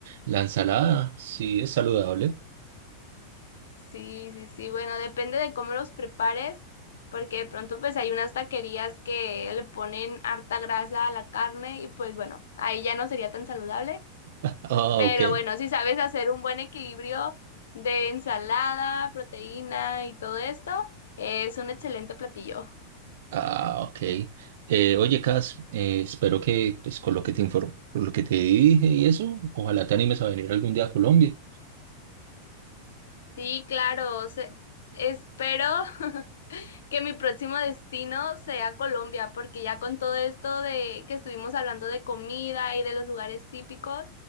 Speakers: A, on the right; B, on the left.
A: la ensalada, sí es saludable.
B: Sí, sí, sí. Bueno, depende de cómo los prepares, porque de pronto pues hay unas taquerías que le ponen harta grasa a la carne y pues bueno, ahí ya no sería tan saludable.
A: Ah,
B: Pero
A: ok.
B: bueno, si sabes hacer un buen equilibrio de ensalada, proteína y todo esto, es un excelente platillo.
A: Ah, ok. Eh, oye, Cas, eh, espero que pues con lo que te informo, con lo que te dije y eso, ojalá te animes a venir algún día a Colombia.
B: Sí, claro. se- espero <laughs> que mi próximo destino sea Colombia, porque ya con todo esto de que estuvimos hablando de comida y de los lugares típicos,